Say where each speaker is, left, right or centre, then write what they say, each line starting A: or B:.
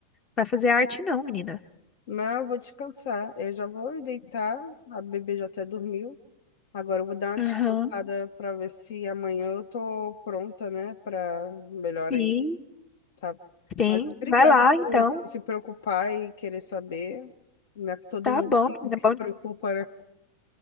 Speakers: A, on the left (about 25°); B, on the left (about 55°).
A: vai fazer arte, não, menina.
B: Não, eu vou descansar. Eu já vou ir deitar, a bebê já até dormiu. Agora eu vou dar uma
A: Aham.
B: descansada para ver se amanhã eu tô pronta, né, para melhor
A: Sim.
B: aí. Tá.
A: Sim,
B: Mas obrigada
A: vai lá,
B: por
A: então.
B: se preocupar e querer saber. Não é todo
A: Tá
B: mundo
A: bom,
B: que, que
A: menina. Bom
B: se preocupa, né?